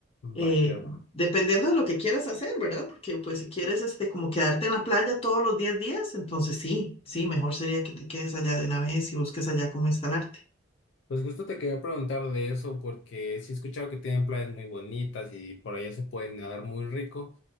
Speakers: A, on the left (about 30°); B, on the left (about 65°).
A: eh,
B: Va que va.
A: dependiendo de lo que quieras hacer, ¿verdad? Porque pues si quieres este, como quedarte en la playa todos los 10 días, entonces sí, sí, mejor sería que te quedes allá de una vez y busques allá cómo instalarte.
B: Pues justo te quería preguntar de eso porque sí he escuchado que tienen playas muy bonitas y por allá se pueden nadar muy rico,